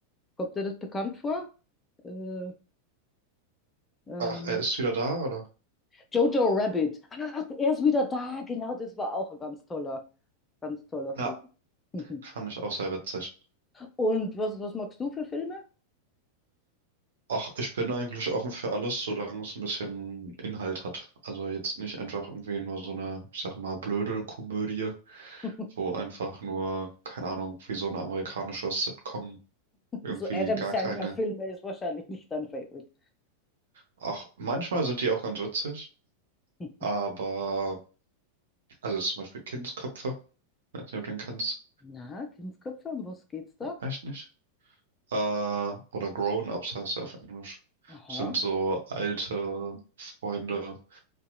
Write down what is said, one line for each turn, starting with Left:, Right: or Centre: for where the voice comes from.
Left: Kommt dir das bekannt vor? Äh, ähm,
Right: Ach, er ist wieder da, oder?
Left: Jojo Rabbit. Ach, er ist wieder da. Genau, das war auch ein ganz toller, ganz toller Film.
Right: Ja,
Left: <laughs>
Right: fand ich auch sehr witzig.
Left: Und was, was magst du für Filme?
Right: Ach, ich bin eigentlich offen für alles, solange es ein bisschen Inhalt hat. Also jetzt nicht einfach irgendwie nur so eine, ich sag mal, blöde Komödie,
Left: <laughs>
Right: wo einfach nur, keine Ahnung, wie so eine amerikanische Sitcom irgendwie
Left: So Adam
Right: gar
Left: Sandler-Filme
Right: keine.
Left: ist wahrscheinlich nicht dein Favorite.
Right: Ach, manchmal sind die auch ganz witzig,
Left: <laughs>
Right: aber, also zum Beispiel Kindsköpfe, ich weiß nicht, ob du den kennst.
Left: Na, Kindsköpfe, um was geht's da?
Right: Echt nicht? Äh, oder Grown-Ups heißt er auf Englisch.
Left: Aha,
Right: Sind so alte Freunde